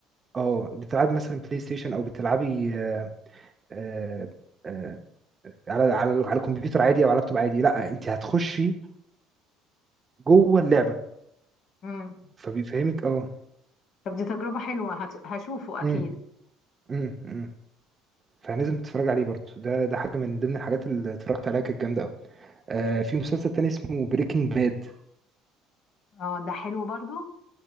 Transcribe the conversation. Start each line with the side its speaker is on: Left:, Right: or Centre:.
Right: اه بتلعبي مثلا بلاي ستيشن او بتلعبي آه آه آه على على على الكمبيوتر عادي او على لابتوب عادي لا انت هتخشي جوه اللعبه
Left: امم
Right: فبيفهمك اه
Left: طب دي تجربه حلوه هت... هشوفه اكيد
Right: امم امم امم فلازم تتفرج عليه برضه ده ده حاجه من ضمن الحاجات اللي اتفرجت عليها كانت جامده قوي آه في مسلسل تاني اسمه بريكنج باد
Left: اه ده حلو برضو